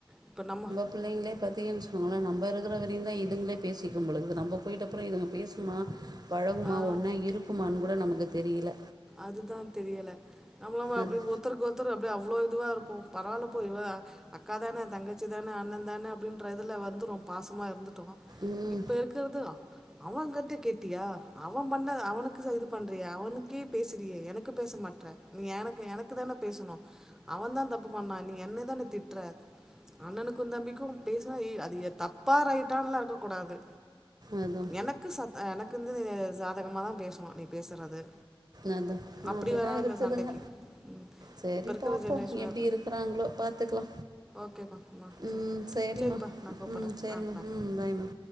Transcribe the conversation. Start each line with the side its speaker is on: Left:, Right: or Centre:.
Centre: இப்ப நம்ம
Right: புள்ளங்ளே பத்தியன் வச்சுகோங்ளே நம்ப இருக்ற வரையுந்தா இதுங்ளே பேசிக்கும் போலக்குது நம்ப போய்ட்ட அப்பறொ இதுங்க பேசுமா பழகுமா
Centre: ஆ
Right: ஒன்னா இருக்குமான் கூட நமக்கு தெரியல
Centre: அதுதா தெரியல நம்மளமா அப்டி
Right: அது
Centre: ஒர்த்தருக்கொத் த்ரு அப்டியே அவ்ளோ இதுவாருப்போ பரவால்ல போ இவ அக்கா தான தங்கச்சி தான அண்ணந்தான அப்டின்றதுல வந்துரு பாசமா இருந்து ட்டோ
Right: ம்
Centre: இப்ப இருக்கறது அவங்கட்ட கேட்டியா அவ பண்ண அவனுக்கு இது பன்றியா அவனுக் க்கே பேசுறியே எனக்கு பேச மாட்ற நீ எனக்கு எனக்கு தான பேசனு அவந்தா தப்பு பண்ணா நீ என்ன தான திட்ற அண்ணனுக்கு தம்பிக்கு பேசுனா இ அது தப்பா ரைட்டான்லா இருக்க கூடாது
Right: அதுதான்
Centre: எனக்கு சத் எனக்கு வந்து நீ சாதகமா தா பேசுனு நீ பேசுறது
Right: அதா
Centre: அப்படி
Right: அப்டிதா
Centre: வராங்க
Right: இருக்குதுங்க
Centre: சண்டைக்கு ம்
Right: சேரி
Centre: இப்போ இருக்கிற
Right: பாப்போ
Centre: ஜென்ரேஷன்
Right: எப்டி இருக்றாங்ளோ பாத்துக்கலா
Centre: ஓகேப்பா சரி
Right: ம் செரிமா
Centre: சரிப்பா நான் கூப்பிட்றேன்
Right: ம் செரிமா
Centre: ஆ பாய்
Right: ம் பாய்மா